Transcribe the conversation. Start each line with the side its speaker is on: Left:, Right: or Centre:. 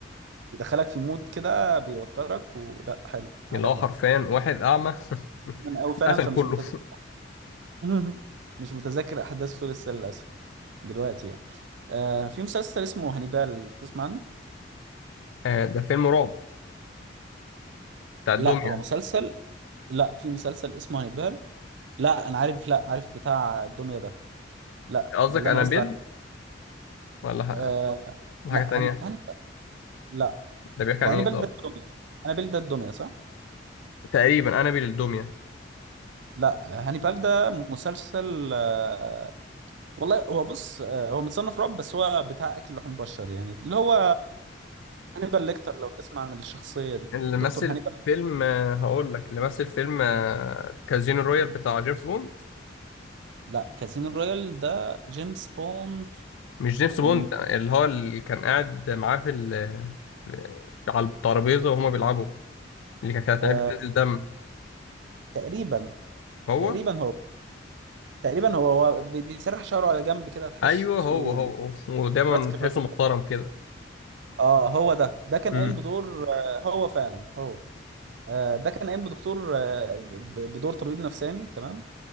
Right: يدخلك في مود كده بيوترك ولا حلو عجبني
Left: اللي هو حرفيا واحد اعمى
Right: من
Left: <laughs>
Right: أوي فعلا
Left: قتل
Right: فمش
Left: كله
Right: متذكر <laughs> مش متذكر أحداثه لسه للأسف دلوقتي يعني آه في مسلسل اسمه هانيبال تسمع عنه؟
Left: آه، ده فيلم رعب بتاع الدمية
Right: لا هو مسلسل لا في مسلسل اسمه هانيبال لا أنا عارف لا عارف بتاع الدمية ده لا
Left: قصدك
Right: اللي
Left: انابيل
Right: أنا قصدي عليه
Left: ولا ح-
Right: آه
Left: ولا
Right: لا
Left: حاجة تانية
Right: هاني هانيبال لا
Left: ده بيحكي
Right: ده
Left: عن
Right: هانيبال
Left: ايه طب
Right: ده الدمية هانيبال ده الدمية صح؟
Left: تقريبا انابيل الدمية
Right: لا هانيبال ده مسلسل آه، والله هو بص آه، هو متصنف رعب بس هو بتاع اكل لحوم بشر يعني اللي هو هانيبال ليكتر لو تسمع عن الشخصيه دي
Left: اللي مثل
Right: دكتور هانيبال
Left: في فيلم آه، هقول لك اللي مثل فيلم آه، كازينو رويال بتاع جيمس بوند
Right: لا كازينو رويال ده جيمس بوند
Left: مش جيمس
Right: م،
Left: بوند اللي هو اللي كان قاعد معاه في ال في- على الترابيزة وهما بيلعبوا اللي كانت كانت
Right: آه،
Left: عينيه بتنزل دم
Right: تقريبا
Left: هو
Right: تقريبا هو تقريبا هو هو بي- بيسرح شعره على جنب كده تحسه
Left: ايوه هو هو هو. ودايما
Right: ماسك
Left: تحسه
Right: الراجل
Left: محترم كده
Right: اه هو ده ده كان
Left: امم
Right: قايم بدور آه، هو فعلا هو آه، ده كان قايم بدكتور آه، ب- ب- بدور طبيب نفساني تمام